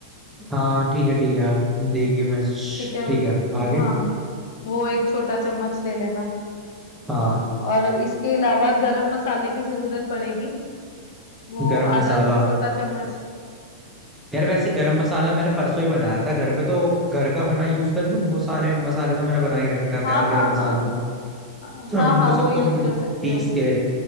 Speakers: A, in the centre; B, on the left (about 60°).
A: हाँ ठीक है ठीक है देगी मिर्च
B: ठीक है
A: ठीक है आगे
B: हाँ वो एक छोटा चम्मच ले लेना
A: हाँ
B: और इसके अलावा गरम मसाले की जरूरत पड़ेगी वो
A: गरम मसाला
B: आधा छोटा चम्मच
A: यार वैसे गरम मसाला मैंने परसों ही बनाया था घर पे तो घर का बना यूज कर लूँ वो सारे मसाले तो मैंने बना ही रखा खैर
B: हाँ हाँ
A: गरम मसाले
B: हाँ हाँ
A: उनको
B: हाँ
A: सबको
B: वो यूज कर सकते
A: पीस
B: हो
A: के